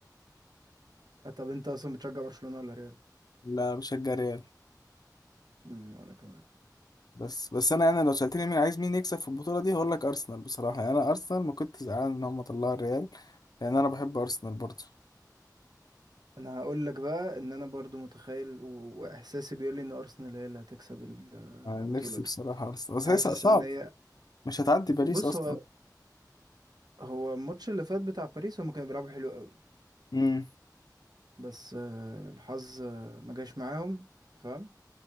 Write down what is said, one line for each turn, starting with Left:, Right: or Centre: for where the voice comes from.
Right: طب انت اصلا بتشجع برشلونة ولا ريال
Left: لا بشجع ريال
Right: امم وانا كمان
Left: بس بس انا انا لو سالتني مين عايز مين يكسب في البطوله دي هقول لك ارسنال بصراحه يعني انا ارسنال ما كنت زعلان ان هم طلعوا الريال لان انا بحب ارسنال برضه
Right: انا هقول لك بقى ان انا برضو متخيل و- واحساسي بيقول لي ان ارسنال هي اللي هتكسب ال-
Left: انا
Right: البطولة
Left: نفسي
Right: دي
Left: بصراحه ارسنال بس
Right: حاسس
Left: هي صع- صعب
Right: ان هي
Left: مش هتعدي باريس
Right: بص
Left: اصلا
Right: هو هو الماتش اللي فات بتاع باريس هم كانوا بيلعبوا حلو قوي
Left: امم
Right: بس آه، الحظ آه، ما جاش معاهم فاهم